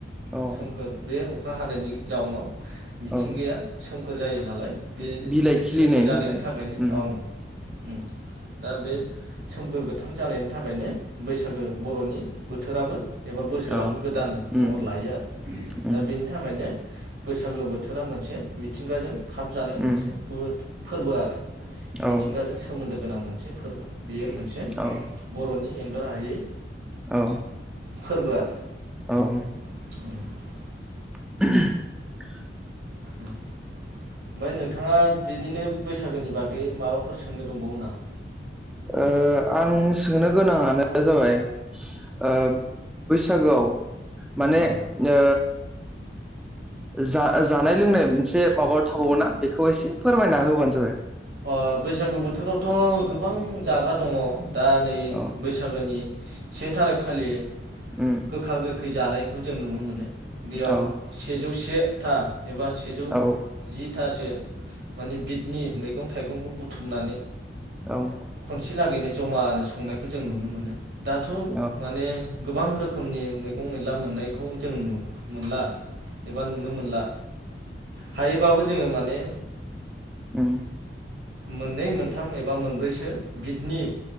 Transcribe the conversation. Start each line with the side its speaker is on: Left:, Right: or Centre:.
Centre: औ
Right: सोमखोर बे अखा हानायनि जाउनाव <inaudible> मिथिंगाया
Centre: औ
Right: सोम खोर जायो नालाय बेनो
Centre: बिलाइ खिलिनायनि
Right: सोमफोर जानायनि
Centre: थाखाय
Right: थाखायनो
Centre: उम
Right: ओं उम दा बे सोमखोर गो मोगथां जानायनि थाखायनो बैसागो बर'नि बोथोराबो एबा बोसोराबो
Centre: औ
Right: गोदान
Centre: उम
Right: महर लायो आरो
Centre: उम
Right: दा बेनि थाखायनो बैसागो बोथोरा मोनसे मिथिंगाजों खाबजानाय मोनसे
Centre: उम
Right: बोद फोरबो आरो
Centre: औ
Right: मिथिंगाजों सोमोन्दो गोनां मोनसे फोरबो बेयो मोनसे
Centre: औ
Right: बर'नि एंगार हायै
Centre: औ
Right: फोरबो आरो
Centre: औ
Right: <inaudible>
Centre: <unintelligible>
Right: ओमफ्राय नोंथाङा बिनिनो बैसागोनि बागै माबाफोर सोंनो दंबावो नामा?
Centre: ओ आं सोंनो गोनाङानो जाबाय ओ बैसागोआव माने
Right: अ
Centre: ओ जा जानाय लोंनाय मोनसे माबा थावोना बेखौ एसे फोरमायना होबानो जाबाय।
Right: अ बैसागु बोथोरावथ' गोबां जाग्रा दङ दा नै
Centre: औ
Right: बैसागोनि से थारिख खालि
Centre: उम
Right: गोखा गोखै जानाय बेखौ जों नुनो मोनो बेयाव
Centre: औ
Right: सेजौ से आथा एबा सेजौ
Centre: औ
Right: जिथासो माने बिदनि मैगं थाइगंखौ बुथुमनानै
Centre: औ
Right: खनसे लागैनो जमानो संनायखौ जों नुनो मोनो दाथ'
Centre: औ
Right: माने गोबां रोखोमनि मैगं मैला मोननायखौ जों नु मोनला एबा नुनो मोनला हायोबाबो जोङो माने
Centre: उम
Right: मोननै मोनथाम एबा मोनब्रैसो बिदनि